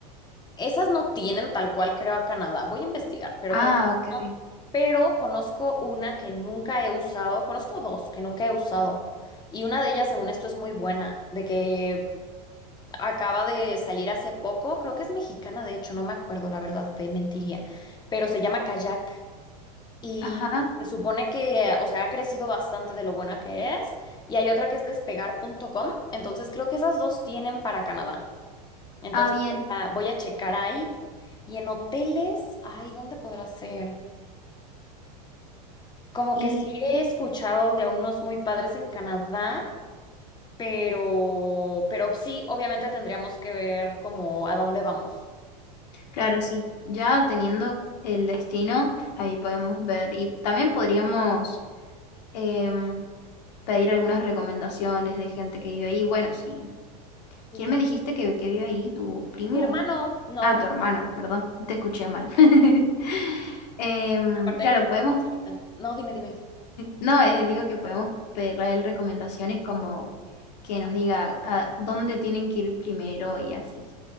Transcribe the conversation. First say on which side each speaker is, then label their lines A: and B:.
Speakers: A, on the left (about 20°); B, on the left (about 75°).
A: esas no tienen tal cual creo a Canadá. Voy a investigar, pero
B: Ah,
A: creo que
B: ok.
A: no. Pero conozco una que nunca he usado, conozco dos que nunca he usado. Y una de ellas, según esto, es muy buena, de que acaba de salir hace poco, creo que es mexicana, de hecho, no me acuerdo, la verdad, te mentiría, pero se llama Kayak. Y
B: Ajá.
A: se supone que, o sea, ha crecido bastante de lo buena que es. Y hay otra que es despegar punto com Entonces creo que esas dos tienen para Canadá. Entonces
B: Ah, bien.
A: voy a, voy a checar ahí. Y en hoteles, ay, ¿dónde podrá ser? Como
B: Y
A: que sí he escuchado de unos muy padres en Canadá, pero, pero sí, obviamente tendríamos que ver como a dónde vamos.
B: claro, sí, ya teniendo el destino, ahí podemos ver. Y también podríamos em, pedir algunas recomendaciones de gente que vive ahí. Bueno, sí.
A: Sí,
B: ¿Quién me dijiste que, que vive ahí? ¿Tu primo?
A: Mi hermano, no,
B: Ah,
A: mi-
B: tu hermano, perdón. Te escuché mal.
A: sí.
B: <laughs> Em,
A: aparte
B: claro,
A: hay que apuntarnos
B: podemos.
A: ahorita. No, dime, dime.
B: No, eh, digo que podemos pedirle a él recomendaciones como que nos diga a dónde tienen que ir primero y así.